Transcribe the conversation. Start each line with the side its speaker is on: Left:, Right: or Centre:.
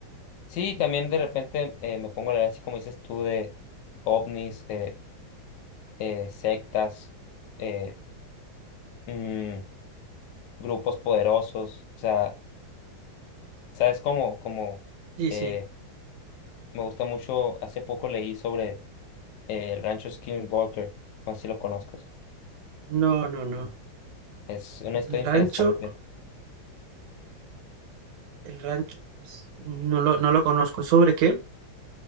Left: Sí, también de repente eh, me pongo a leer, así como dices tú, de ovnis. eh, eh, sectas, eh, mm, grupos poderosos. O sea, ¿sabes cómo? Como
Right: Sí,
Left: eh,
Right: sí.
Left: me gusta mucho, hace poco leí sobre eh, el rancho Skinwalker, no sé si lo conozcas.
Right: No, no, no.
Left: Es una historia
Right: El rancho,
Left: interesante.
Right: el rancho, es- no lo, no lo conozco. ¿Sobre qué?